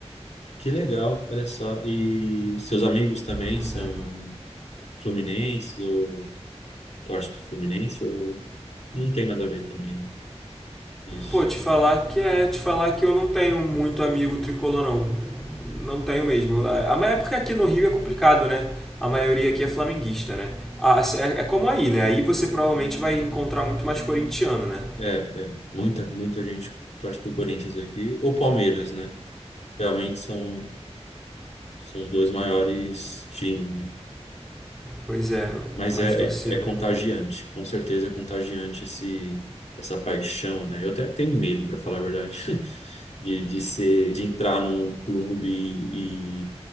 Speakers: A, on the left; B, in the centre.
A: que legal, olha só. E seus amigos também
B: Pois
A: são
B: é.
A: fluminenses ou torce pro Fluminense ou não tem nada a ver também, né? Isso.
B: Pô, te falar que é, te falar que eu não tenho muito amigo tricolor não. Não tenho mesmo. A, a é porque aqui no Rio é complicado, né? A maioria aqui é flamenguista, né? Ah, é, é como aí, né? Aí você provavelmente vai encontrar muito mais corintiano, né?
A: É, é. Muita, muita gente torce pro Corinthians aqui. Ou Palmeiras, né? Realmente são, são os dois maiores times, né?
B: Pois é,
A: Mas
B: mais
A: é,
B: torcida.
A: é, é contagiante. Com certeza é contagiante esse, essa paixão, né? Eu até tenho medo, para falar a verdade, <laughs> de, de ser, de entrar num clube e, e